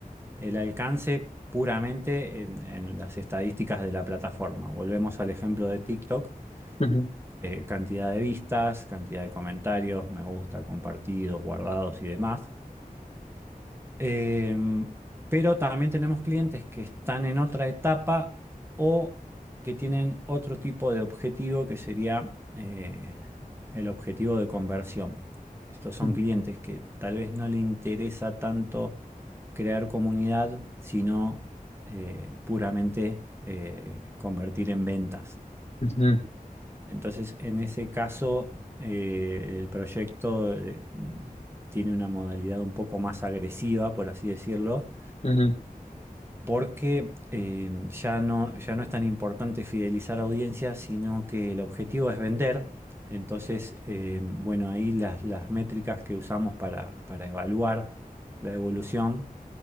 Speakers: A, on the right; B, on the left.
A: el alcance puramente en en las estadísticas de la plataforma. Volvemos al ejemplo de TikTok
B: Ujú,
A: eh, cantidad de vistas, cantidad de comentarios, me gusta, compartidos, guardados y demás. Em, pero también tenemos clientes que están en otra etapa o que tienen otro tipo de objetivo que sería eh, el objetivo de conversión. Estos son
B: ujú,
A: clientes que tal vez no le interesa tanto crear comunidad, sino eh, puramente eh, convertir en ventas.
B: ujú,
A: Entonces, en ese caso, eh, el proyecto eh, mm, tiene una modalidad un poco más agresiva, por así decirlo,
B: ujú.
A: porque eh, ya no, ya no es tan importante fidelizar audiencias, sino que el objetivo es vender. Entonces, eh, bueno, ahí las, las métricas que usamos para, para evaluar la evolución